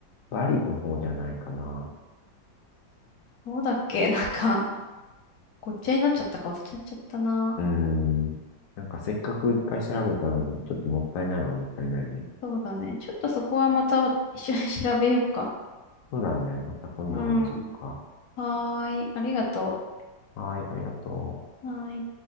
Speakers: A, on the left; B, on the left.
A: バリの方じゃないかな。
B: そうだっけ <laughs> なんか、ごっちゃになっちゃったか忘れちゃっちゃったな。
A: うーん。なんかせっかく一回調べたのに、ちょっともったいないのはもったいないね。
B: そうだね。ちょっとそこはまた一緒に調べようか。
A: そうだね。また今度話そうか。
B: うん。はーい。ありがと
A: はい、ありがとう。
B: う。はーい。